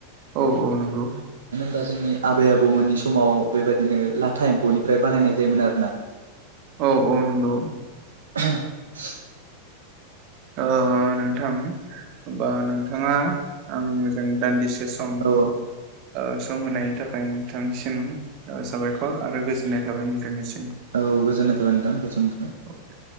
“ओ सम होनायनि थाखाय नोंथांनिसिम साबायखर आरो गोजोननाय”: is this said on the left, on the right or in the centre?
Right